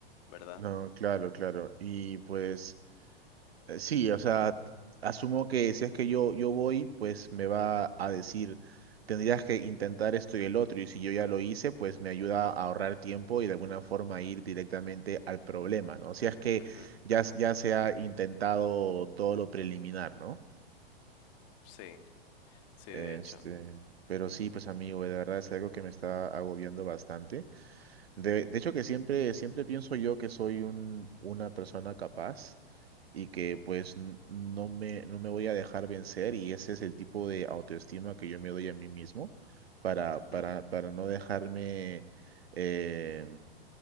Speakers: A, on the left (about 45°); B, on the right (about 80°).
A: ¿verdad?
B: No, claro, claro. Y pues Eh, Sí, o sea, asumo que si es que yo, yo voy, pues me va a decir, tendrías que intentar esto y el otro, y si yo ya lo hice, pues me ayuda a ahorrar tiempo y de alguna forma ir directamente al problema, ¿no? Si es que
A: Ujú,
B: ya, s- ya se ha intentado todo lo preliminar, ¿no?
A: Sí, sí,
B: Este,
A: de hecho.
B: pero sí, pues amigo, de verdad es algo que me está agobiando bastante. De, de hecho que siempre, siempre pienso yo que soy un, una persona capaz y que pues n- no me, no me voy a dejar vencer y ese es el tipo de autoestima que yo me doy a mí mismo para,
A: ujú,
B: para, para no dejarme eh,